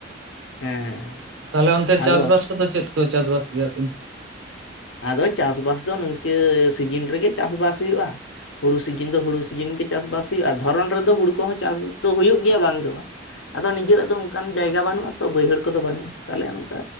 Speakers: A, on the left (about 80°); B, on the right (about 80°).
A: ᱦᱮᱸ ᱦᱮᱸ
B: ᱛᱟᱦᱚᱞᱮ ᱚᱱᱛᱮ
A: ᱟᱫᱚ
B: ᱪᱟᱥᱵᱟᱥ ᱠᱚᱫᱚ ᱪᱮᱫ ᱠᱚ ᱪᱟᱥᱵᱟᱥ ᱜᱮᱭᱟᱵᱤᱱ?
A: ᱟᱫᱚ ᱪᱟᱥᱵᱟᱥ ᱫᱚ ᱱᱤᱝᱠᱟᱹ ᱥᱤᱡᱤᱱ ᱨᱮᱜᱮ ᱪᱟᱥᱵᱟᱥ ᱦᱩᱭᱩᱜ-ᱟ᱾ ᱦᱩᱲᱩ ᱥᱤᱡᱤᱱ ᱫᱚ ᱦᱩᱲᱩ ᱥᱤᱡᱤᱱ ᱜᱮ ᱪᱟᱥᱵᱟᱥ ᱦᱩᱭᱩᱜᱼᱟ ᱫᱷᱚᱨᱚᱱ ᱨᱮᱫᱚ ᱦᱩᱲᱩ ᱠᱚᱦᱚᱸ ᱪᱟᱥ ᱫᱚ ᱦᱩᱭᱩᱜ ᱜᱮᱭᱟ ᱵᱟᱝ ᱫᱚ ᱵᱟᱝ᱾ ᱟᱫᱚ ᱱᱤᱡᱮᱨᱟᱜ ᱫᱚ ᱚᱱᱠᱟᱱ ᱡᱟᱭᱜᱟ ᱵᱟᱹᱱᱩᱜ ᱟ ᱛᱚ ᱵᱟᱹᱭᱦᱟᱹᱲ ᱠᱚᱫᱚ ᱵᱟᱹᱱᱩᱜᱼᱟ ᱛᱟᱦᱚᱞᱮ ᱚᱱᱠᱟ